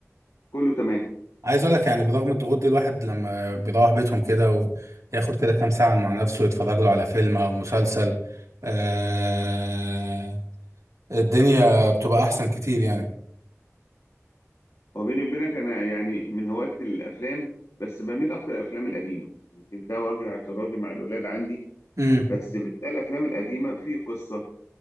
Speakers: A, on the left; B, on the right.
A: كله تمام
B: عايز اقول لك يعني برغم الضغوط دي الواحد لما بيروح بيتهم كده وياخد كده كام ساعه مع نفسه يتفرج له على فيلم او مسلسل آه الدنيا بتبقى احسن كتير يعني
A: وبيني وبينك انا يعني من هواة الافلام بس بميل اكتر للافلام القديمة يمكن ده وجه اعتراضي مع الولاد عندي
B: امم
A: بس بتلاقي الافلام القديمة في قصة